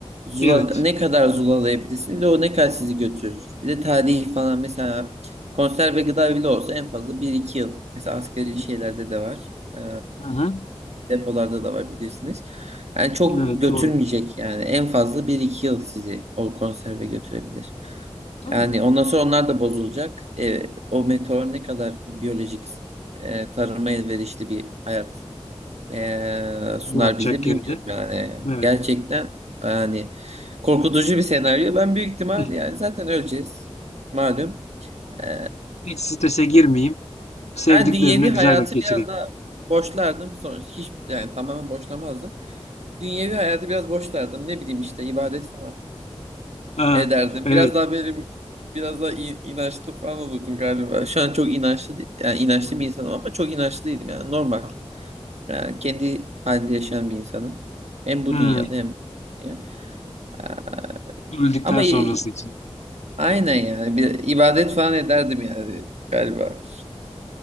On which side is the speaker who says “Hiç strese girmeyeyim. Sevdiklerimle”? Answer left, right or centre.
Left